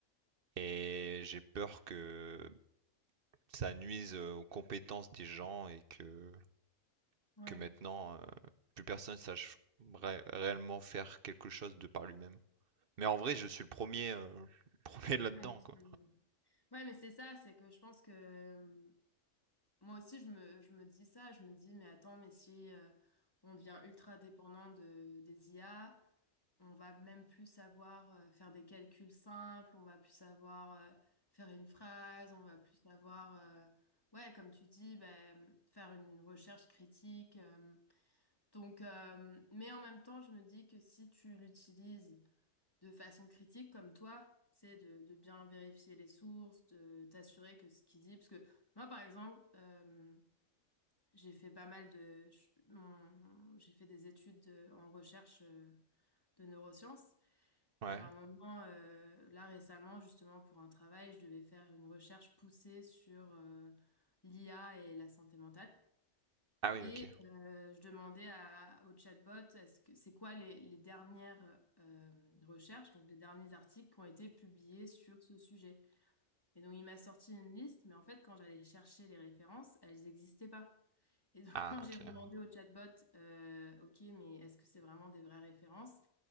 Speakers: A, on the right; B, on the left.
A: et j'ai peur que ça nuise euh, aux compétences des gens et que,
B: Ouais,
A: que maintenant, euh, plus personne sache ré- réellement faire quelque chose de par lui-même. Mais en vrai, je suis le premier, euh, <laughs> le premier là-dedans,
B: à l'utiliser.
A: quoi.
B: Ouais, mais c'est ça, c'est que je pense que euh, Moi aussi, je me, je me dis ça, je me dis, mais attends, mais si euh, on devient ultra dépendant de, des IA, on va même plus savoir euh, faire des calculs simples, on va plus savoir euh, faire une phrase, on va plus savoir, euh, ouais, comme tu dis, ben, faire une recherche critique. euh. donc, euh, mais en même temps, je me dis que si tu l'utilises de façon critique, comme toi, c'est de, de bien vérifier les sources, de t'assurer que ce qu'il dit, parce que moi, par exemple, euh, j'ai fait pas mal de... je- mon- J'ai fait des études euh, en recherche euh, de neurosciences.
A: Ouais.
B: Et à un moment, euh, là récemment, justement, pour un travail, je devais faire une recherche poussée sur euh, l'IA et la santé mentale.
A: Ah oui,
B: Et
A: ok.
B: euh, je demandais à, au chatbot, est-ce que c'est quoi les, les dernières euh, recherches, donc les derniers articles qui ont été publiés sur ce sujet? Et donc, il m'a sorti une liste, mais en fait, quand j'allais chercher les références, elles n'existaient pas. Et donc, <laughs>
A: Ah,
B: quand j'ai
A: ok.
B: demandé au chatbot, euh, OK, mais est-ce que c'est vraiment des vraies références?